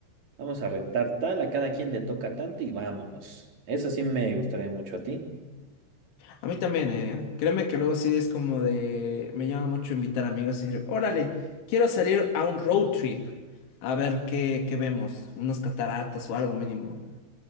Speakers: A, on the right; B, on the left.
A: vamos a rentar tal, a cada quien le toca tanto y vámonos. Eso sí me gustaría mucho a ti.
B: A mí también, eh. Créeme que luego así es como de, me llama mucho invitar amigos y decir, órale, quiero salir a un road trip. A ver qué, qué vemos, unas cataratas o algo mínimo.